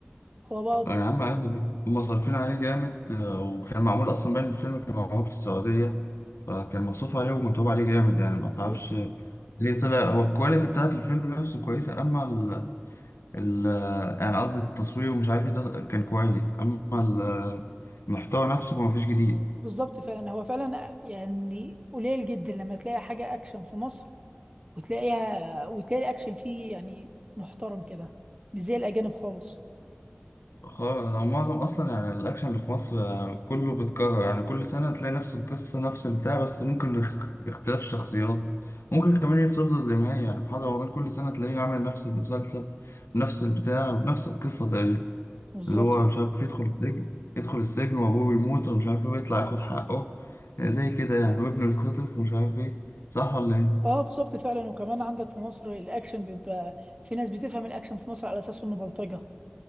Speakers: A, on the right (about 25°); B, on the left (about 85°).
A: هو بقى
B: آه، يا عم عادي ليه؟ هما صارفين عليه جامد آه، وكان معمول اصلا باين الفيلم كان معمول في السعوديه فكان مصروف عليه ومتعوب عليه جامد يعني ما تعرفش
A: ب-
B: ليه طلع هو الكواليتي بتاعت الفيلم نفسه كويسه اما ال يعني قصدي التصوير ومش عارف ايه ده كان كويس اما ال- المحتوى نفسه ما فيش جديد
A: بالظبط فعلا هو فعلا يعني قليل جدا لما تلاقي حاجه اكشن في مصر وتلاقيها وتلاقي الاكشن فيه يعني محترم كده مش زي الاجانب خالص
B: خالص هو معظم اصلا يعني الاكشن اللي في مصر آه، كله بيتكرر يعني كل سنه تلاقي نفس القصه نفس البتاع بس ممكن اخ- اختلاف الشخصيات ممكن كمان هي بتفضل زي ما هي يعني محمد رمضان كل سنه تلاقيه عامل نفس المسلسل نفس البتاع نفس القصه تقريبا
A: بالظبط
B: اللي هو مش عارف يدخل السجن يدخل السجن وابوه بيموت ومش عارف ايه ويطلع ياخد حقه آه، زي كده يعني وابنه يتخطف ومش عارف ايه صح ولا ايه
A: اه بالظبط فعلا وكمان عندك في مصر الاكشن بيبقى في ناس بتفهم الاكشن في مصر على اساس انه بلطجة